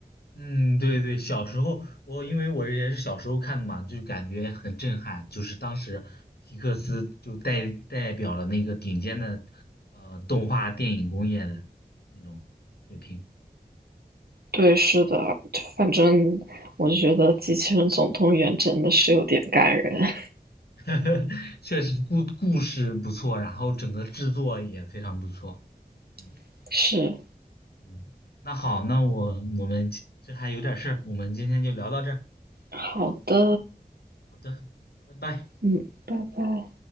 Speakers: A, on the left; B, on the right.
A: 嗯，对对，小时候我因为我也是小时候看的嘛，就感觉很震撼，就是当时皮克斯就代代表了那个顶尖的呃动画电影工业的那种水平。
B: 对，是的，就反正我就觉得《机器人总动员》真的是有点感人。
A: <laughs> 确实故故事不错，然后整个制作也非常不错。嗯
B: <laughs> 是，
A: 嗯，那好，那我我们这还有点事儿，我们今天就聊到这儿。
B: 好的。
A: 好的，拜拜。
B: 嗯，拜拜。